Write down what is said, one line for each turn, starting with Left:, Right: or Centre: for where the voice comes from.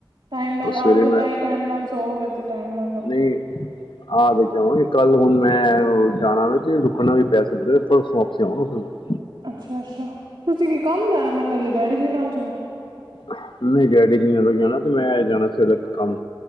Right: ਟਾਈਮ ਨਾਲ ਆਓਗੇ
Left: ਸਵੇਰੇ
Right: ਤਾਂ ਈ ਟਾਈਮ ਨਾਲ ਸੋਉਗੇ ਤੇ ਟਾਈਮ ਨਾਲ
Left: ਸਈ ਏ ਆਹ ਦੇਖ ਕੇ ਆਵਾਂਗੇ ਕੱਲ ਹੁਣ ਮੈਂ ਓ ਜਾਣਾ ਵ ਤੇ ਰੁਕਣਾ ਵੀ ਪੈ ਸਕਦਾ ਪਰ ਸੌਂਪ ਆਉ ਫ <unintelligible>
Right: ਅੱਛਾ ਅੱਛਾ ਤੁਸੀਂ ਕੀ ਕੰਮ ਜਾਣਾ ਮੈਨੂੰ ਲੱਲਿਆ ਡੈਡੀ ਜੀ ਨਾਲ ਚਲੇ ਆ।
Left: ਆਹ ਨਹੀਂ ਡੈਡੀ ਜੀ ਨੇ ਅਲੱਗ ਜਾਣਾ ਤੇ ਮੈ ਜਾਣਾ ਜਰਾਕ ਕੰਮ